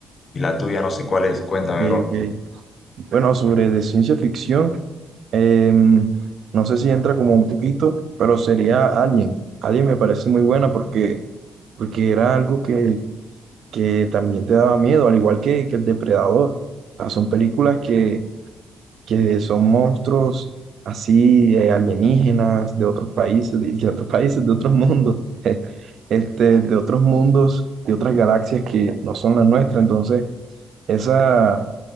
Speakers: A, on the left; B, on the right.
A: Y la tuya no sé cuál es, cuéntame,
B: Ok,
A: bro.
B: ok. Bueno, sobre de ciencia ficción, em, no sé si entra como un poquito, pero sería Alien. Alien me parece muy buena porque, porque era algo que, que también te daba miedo, al igual que, que El Depredador. O sea, son películas que, que son monstruos así eh, alienígenas de otros países, de, de otros países, de otros mundos, <laughs> este, de otros mundos, de otras galaxias que no son las nuestras. Entonces, esa